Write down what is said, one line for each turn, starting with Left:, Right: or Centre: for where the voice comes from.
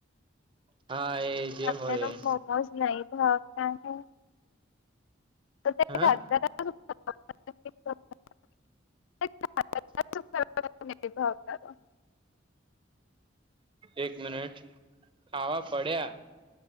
Right: હા એ જે
Left: તમને
Right: હોય
Left: તો
Right: એ
Left: મોમોસ નઈ ભાવતાને <unintelligible>
Right: હા
Left: <unintelligible> <unintelligible>
Right: એક મિનિટ ખાવા પડ્યા